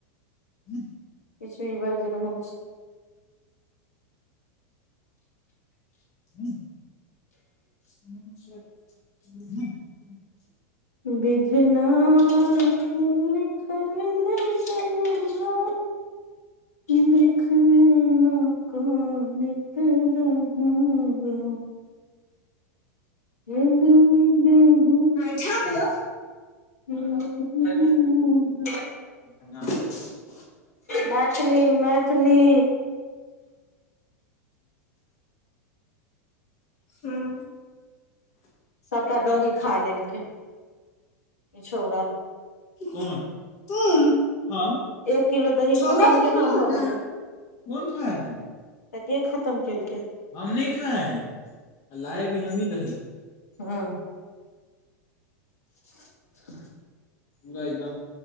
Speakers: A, on the left; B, on the left.
A: <inaudible>
B: किछ भी बाजि रहल छै
A: <inaudible> <unintelligible>
B: बिधना के लिखल ने जनलउ <inaudible> देख मे माँ कानैत रहलौ हे दुर्गो
A: हाँ झाप लो
B: <unintelligible>
A: <inaudible>
B: मैथिली मैथिली
A: हाँ
B: सभटा दही खा लेलकै ई छौड़ा
A: कोन तुम कब
B: एक किलो दही
A: छौरा
B: खतम
A: तऽ
B: केना
A: तुम हो
B: भऽ
A: ने
B: गेलै
A: <unintelligible>
B: तऽ के खत्म केलकै
A: <unintelligible>
B: हँ <inaudible>
A: पूरा एकदम